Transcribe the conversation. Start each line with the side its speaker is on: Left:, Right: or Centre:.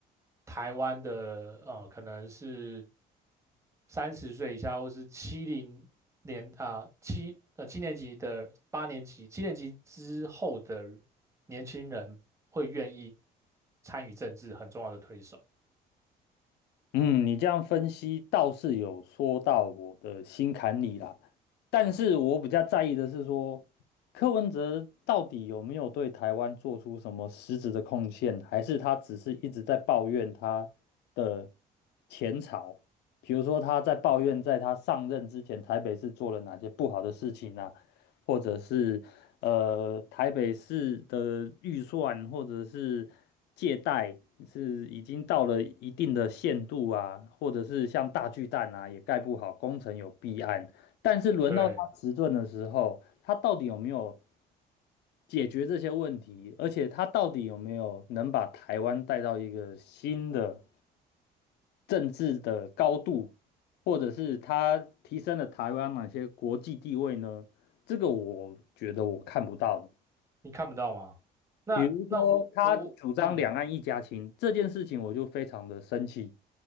Right: 台湾的呃，可能是三十岁以下或是七零年啊七呃七年级的八年级七年级之后的年轻人会愿意参与政治很重要的推手。
Left: 嗯，你这样分析倒是有说到我的心坎里啦，但是我比较在意的是说，柯文哲到底有没有对台湾做出什么实质的贡献，还是他只是一直在抱怨他的前朝，比如说他在抱怨在他上任之前台北市做了哪些不好的事情啊，或者是呃台北市的预算或者是借贷是已经到了一定的限度啊，或者是像大巨蛋啊也盖不好，工程有弊案，但是轮到他执政的时候，
Right: 对，
Left: 他到底有没有解决这些问题，而且他到底有没有能把台湾带到一个新的政治的高度？或者是他提升了台湾哪些国际地位呢？这个我觉得我看不到的。
Right: 你看不到吗？那那我我我嗯
Left: 比如说，他主张两岸一家亲这件事情，我就非常的生气。